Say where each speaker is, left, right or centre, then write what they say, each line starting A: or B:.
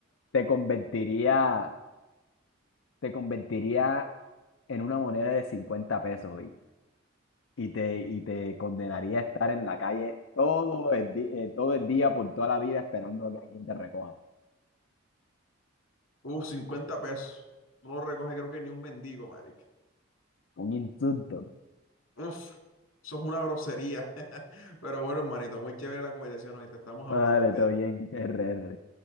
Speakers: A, on the left; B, on the left.
A: te convertiría, te convertiría en una moneda de 50 pesos hoy. Y te, y te condenaría a estar en la calle todo el, di- eh, todo el día por toda la vida esperando a que alguien te recoja.
B: Uf, 50 pesos. No lo recoge creo que ni un mendigo, marica.
A: Un insulto.
B: Uf, eso es una grosería. <laughs> Pero bueno, hermanito, muy chévere la conversación, hoy te estamos
A: vale
B: hablando, cuídate.
A: todo bien. <laughs> RR.